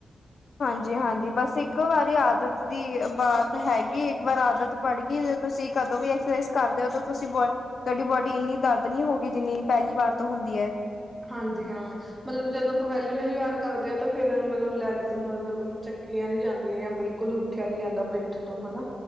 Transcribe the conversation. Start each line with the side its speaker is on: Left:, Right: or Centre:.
Left: ਹਾਂਜੀ-ਹਾਂਜੀ ਬਸ ਇੱਕੋ ਵਾਰੀ ਆਦਤ ਦੀ ਬਾਤ ਹੈਗੀ ਇਕ ਵਾਰ ਆਦਤ ਪੜ ਗਈ ਜ ਤੁਸੀਂ ਕਦੋਂ ਵੀ ਐਕਸਰਸਾਈਜ਼ ਕਰਦੇ ਹੋ ਤਾਂ ਤੁਸੀਂ ਬੋ ਤੁਹਾਡੀ ਬੋਡੀ ਇੰਨੀ ਦਰਦ ਨਹੀਂ ਹੋਗੀ ਜਿੰਨੀ ਪਹਿਲੀ ਵਾਰ ਤੋਂ ਹੁੰਦੀ ਹੈ।
Right: ਹਾਂਜੀ ਹਾਂ ਮਤਲਬ ਜਦੋਂ ਆਪਾਂ ਪਹਿਲੀ ਵਹਿਲੀ ਵਾਰ ਕਰਦੇ ਹਾਂ ਤਾਂ ਫਿਰ ਮਤਲਬ ਲੈਗਜ਼ ਮਤਲਬ ਚੱਕੀਆਂ ਨੀ ਜਾਂਦੀਆਂ ਬਿਲਕੁਲ ਉੱਠਿਆ ਨੀ ਜਾਂਦਾ ਪਿੱਠ ਤੋਂ ਹਨਾ।